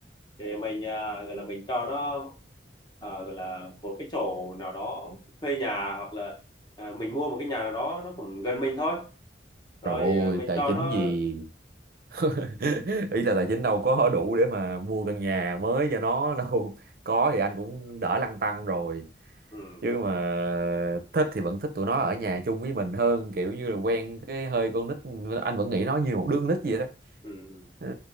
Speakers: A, on the left; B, on the right.
A: để mình ờ, gọi là mình cho nó ờ, gọi là một cái chỗ nào đó thuê nhà hoặc là ờ, mình mua một cái nhà nào đó nó cũng gần mình thôi rồi
B: trời
A: ờ,
B: ơi
A: mình
B: tài
A: cho
B: chính
A: nó
B: gì <laughs> ý là tài chính đâu có đủ để mà mua căn nhà mới cho nó đâu có thì anh cũng đỡ lăn tăn rồi
A: ừ
B: chứ mà thích thì vẫn thích tụi nó ở nhà chung với mình hơn kiểu như là quen cái hơi con nít anh vẫn nghĩ nó như một đứa con nít vậy đó
A: ừ
B: Ờ,